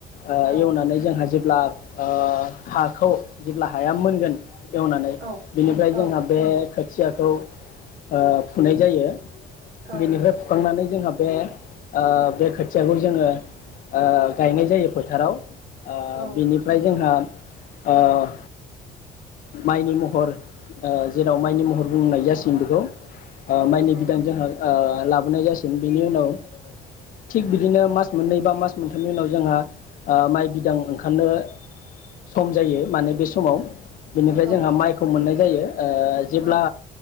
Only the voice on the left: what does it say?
ओ
एवनानै जोंहा जे अब्ला ओ हाखौ जेब्ला हाया मोनगोन एवनानै
बिनिफ्राय
जोंना बे खोथियाखौ ओ फुनाय जायो ।
बेनिफ्राय
फुखांनानै जोंहा बे ओ बे खोथियाखौ जोङो ओ गायनाय जायो फोथाराव ओ
बिनि जोंहा ओ माइनि महर ओ जेराव ओ माइनि महर बुंनाय जासिगोन बेखौ ओ
माइनि
बिदां जोंहा ओ लाबोनाय जासिगोन बेनि उनाव थिग बिदिनो मास मोननै बा मास मोनथामनि उनाव जोंहा ओ माइ बिदां ओंखारनो सम जायो माने बे समाव बेनिफ्राय
जोंहा
माइखौ मोननाय जायो ओ जेब्ला